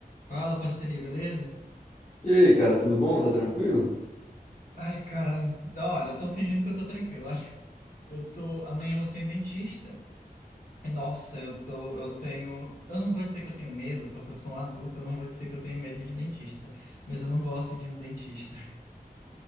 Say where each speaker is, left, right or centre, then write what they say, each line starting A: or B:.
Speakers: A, on the left; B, on the left.
A: Fala, parceria, beleza?
B: E aí, cara, tudo bom? Tá tranquilo?
A: Ai, cara, olha, eu tô fingindo que eu tô tranquilo, <laughs> olha. Eu tô, amanhã eu tenho dentista. Nossa, eu tô, eu tenho, eu não vou dizer que eu tenho medo, porque eu sou um adulto, eu não vou dizer que eu tenho medo de dentista, mas eu não gosto de ir no dentista. <laughs>